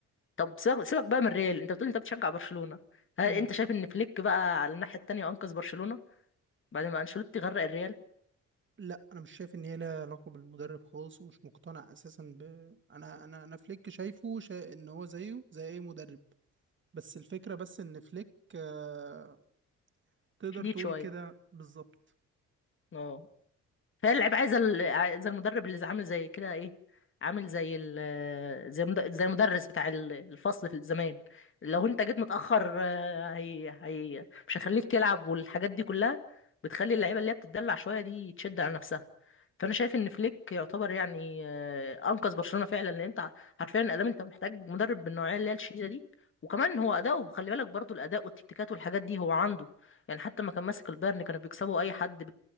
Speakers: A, on the left; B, on the right.
A: طب سيبك سيبك بقى من ريال انت بتقول انت بتشجع برشلونة هل
B: مم.
A: انت شايف ان فليك بقى على الناحية التانية انقذ برشلونة بعد ما انشيلوتي غرق الريال
B: لا انا مش شايف ان هي لها علاقه بالمدرب خالص ومش مقتنع اساسا ب انا انا انا فليك شايفه شا... ان هو زيه زي اي مدرب بس الفكره بس ان فليك آه... تقدر
A: شديد
B: تقول
A: شوية
B: كده بالظبط
A: اه فهي اللعيبه عايزه ال- عايزه المدرب اللي زي- عامل زي كده ايه عامل زي ال زي مد- زي المدرس بتاع ال- الفصل في الزمان لو انت جيت متاخر آه، هي هي مش هيخليك تلعب والحاجات دي كلها بتخلي اللعيبه اللي هي بتتدلع شويه دي تشد على نفسها فانا شايف ان فليك يعتبر يعني آه، انقذ برشلونه فعلا لان انت حرفيا الادام انت محتاج مدرب بالنوعيه اللي هي الشديده دي وكمان هو اداؤه خلي بالك برضو الاداء والتكتيكات والحاجات دي هو عنده يعني حتى ما كان ماسك البايرن كانوا بيكسبوا اي حد